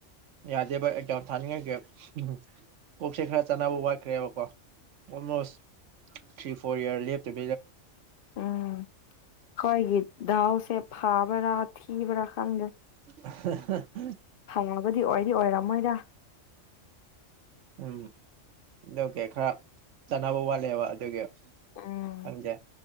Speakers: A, on the right; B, on the left.
A: ꯌꯥꯗꯦꯕ ꯑꯦꯗꯥꯥꯎꯟ ꯊꯥꯅꯤꯡꯉꯒꯦ ꯎꯝ ꯀꯣꯛ ꯁꯦ ꯈꯔ ꯆꯥꯅꯕ ꯋꯥꯠꯈ꯭ꯔꯦꯕꯀꯣ ꯑꯣꯜꯃꯣꯁ ꯊ꯭ꯔꯤ ꯐꯣꯔ ꯏꯔ ꯂꯦꯞꯇꯣꯏ
B: ꯎꯝ ꯈꯣꯏꯒꯤ ꯗꯥꯎꯁꯦ ꯐꯥꯕ꯭ꯔꯥ ꯊꯤꯕ꯭ꯔꯥ ꯈꯪꯗ꯭ꯔꯥ
A: ꯑꯟꯑꯣꯗꯤꯕꯜ
B: ꯐꯪꯉꯒꯗꯤ ꯑꯣꯏꯗꯤ ꯑꯣꯏꯔꯝꯃꯣꯏꯗ
A: ꯍ ꯎꯝꯀꯦ ꯈꯔ ꯆꯥꯟꯅꯕ ꯋꯥꯠꯂꯦꯕ ꯑꯗꯨꯒꯤ
B: ꯎꯝ
A: ꯈꯪꯗꯦ